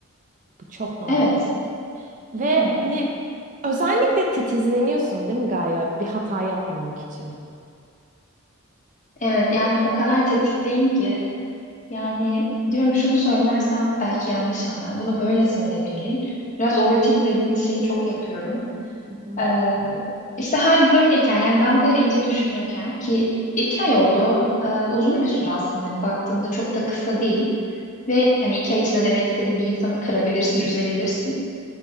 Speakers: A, on the right; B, on the left.
A: Bu çok normal.
B: Evet,
A: Ve
B: evet,
A: hani Özellikle titizleniyorsun değil mi Gaye? Bir hata yapmamak için.
B: evet. Yani o kadar tetikteyim ki. Yani diyorum şunu söylersem belki yanlış anlar. Bunu böyle söylemeliyim. Biraz overthink dediğimiz şeyi çok yapıyorum.
A: Hı hı.
B: Ee, işte hal böyleyken yani ben bu kadar ince düşünüyorken ki iki ay oldu. Ee, uzun bir süre aslında hani baktığında çok da kısa değil. Ve hani iki ay içinde demek istediğim bir insanı kırabilirsin, üzebilirsin.